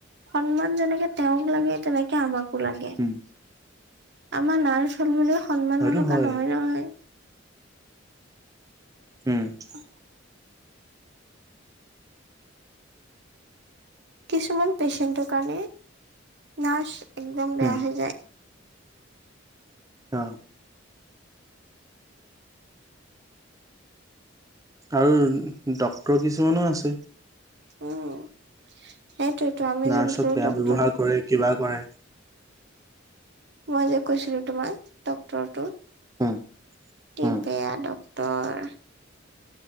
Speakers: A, on the right; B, on the right.
A: সন্মান যেনেকে তেওঁক লাগে তেনেকে আমাকো লাগে
B: উম,
A: আমাৰ নাৰ্ছ হল বুলিও সন্মান
B: হয়টো
A: নথকা
B: হয়।
A: নহয় নহয়!
B: উম।
A: <unintelligible> কিছুমান পেচেন্টৰ কাৰণে নাৰ্ছ একদম বেয়া
B: উম,
A: হৈ যায়।
B: অ। আৰু ডক্তৰ কিছুমানো আছে।
A: উম, সেইটোৱেটো আমি
B: নাৰ্ছত
A: যোনটো
B: বেয়া
A: ডক্টৰ,
B: ব্যৱহাৰ কৰে, কিবা কৰে
A: মই যে কৈছিলো তোমাক ডক্টৰটো,
B: উম,
A: কি
B: উম।
A: বেয়া ডক- টৰ